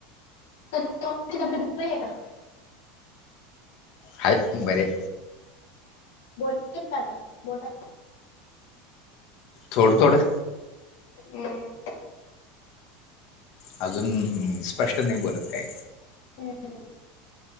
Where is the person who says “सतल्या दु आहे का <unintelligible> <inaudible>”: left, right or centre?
Left